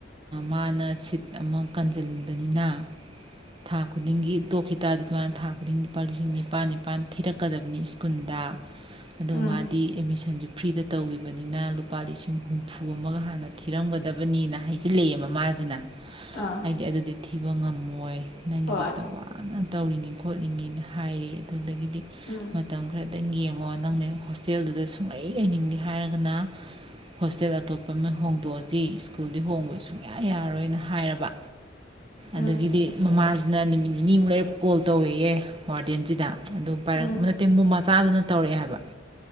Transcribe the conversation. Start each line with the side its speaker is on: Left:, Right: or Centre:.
Right: ꯃꯥꯅ ꯁꯤꯠ ꯑꯃ ꯀꯟꯁꯤꯟꯕꯅꯤꯅ ꯊꯥ ꯈꯨꯗꯤꯡꯒꯤ ꯇꯣꯛꯈꯤ ꯇꯥꯔꯗꯤ ꯃꯥꯅ ꯊꯥ ꯈꯨꯗꯤꯡ ꯂꯨꯄꯥ ꯂꯤꯁꯤꯡ ꯅꯤꯄꯥꯜ ꯅꯤꯄꯥꯜ ꯊꯤꯔꯛꯀꯗꯕꯅꯤ ꯁ꯭ꯀꯨꯜꯗ ꯑꯗꯨꯒ
Left: ꯎꯝ
Right: ꯃꯥꯗꯤ ꯑꯦꯠꯃꯤꯁꯟꯁꯨ ꯐ꯭ꯔꯤꯗ ꯇꯧꯈꯤꯕꯅꯤꯅ ꯂꯨꯄꯥ ꯂꯤꯁꯤꯡ ꯍꯨꯝꯐꯨ ꯑꯃꯒ ꯍꯥꯟꯅ ꯊꯤꯔꯝꯒꯗꯕꯅꯤꯅ ꯍꯥꯏꯖꯤꯜꯂꯛꯑꯦ ꯃꯃꯥꯁꯤꯅ
Left: ꯑꯥ
Right: ꯍꯥꯏꯗꯤ ꯑꯗꯨꯗꯤ ꯊꯤꯕ ꯉꯝꯃꯣꯏ ꯅꯪꯖꯕꯧꯗ
Left: ꯍꯣꯏ
Right: ꯋꯥꯅ ꯇꯧꯔꯤꯅꯤ ꯈꯣꯠꯂꯤꯅꯤꯅ ꯍꯥꯏꯌꯦ ꯑꯗꯨꯅ ꯑꯗꯒꯤꯗꯤ
Left: ꯎꯝ
Right: ꯃꯇꯝ ꯈꯔ ꯌꯦꯡꯉꯣ ꯅꯪꯅꯦ ꯍꯣꯁꯇꯦꯜꯗꯨꯗ ꯁꯨꯡꯂꯩ ꯂꯩꯅꯤꯡꯗꯦ ꯍꯥꯏꯔꯒꯅ ꯍꯣꯁꯇꯦꯜ ꯑꯇꯣꯞꯄ ꯑꯃ ꯍꯣꯡꯗꯣꯛꯑꯁꯤ ꯁ꯭ꯀꯨꯜꯗꯤ ꯍꯣꯡꯕ ꯁꯨꯡꯌꯥ ꯌꯥꯔꯔꯣꯏꯅ ꯍꯥꯏꯔꯕ
Left: ꯎꯝ
Right: ꯑꯗꯒꯤꯗꯤ ꯃꯃꯥ ꯑꯗꯨꯅ ꯅꯨꯃꯤꯠ ꯅꯤꯅꯤꯃꯨꯛ ꯂꯩꯔꯒꯥ ꯀꯣꯜ ꯇꯧꯔꯦꯌꯦ ꯋꯥꯔꯗꯦꯟꯁꯤꯗ ꯑꯗꯨꯝ ꯄꯥꯏꯔꯛ
Left: ꯎꯝ
Right: ꯅꯠꯇꯦ ꯃꯨꯃꯥ ꯆꯥꯗꯨꯅ ꯇꯧꯔꯛꯑꯦ ꯍꯥꯏꯕ